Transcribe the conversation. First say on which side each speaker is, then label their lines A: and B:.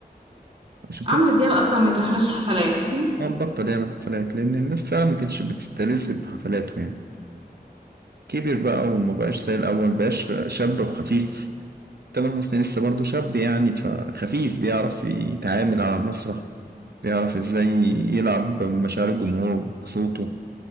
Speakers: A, on the right; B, on the right.
A: عشان
B: عمرو
A: كده
B: دياب أصلًا ما يتراحلوش حفلات.
A: هو بطل يعمل حفلات لأن الناس فعلا ما كانتش بتستلذ بحفلاته يعني كبر بقى وما بقاش زي الأول ما بقاش شاب وخفيف تامر حسني لسه برضه شاب يعني فخفيف بيعرف يتعامل على المسرح بيعرف ازاي يلعب مشاعر الجمهور بصوته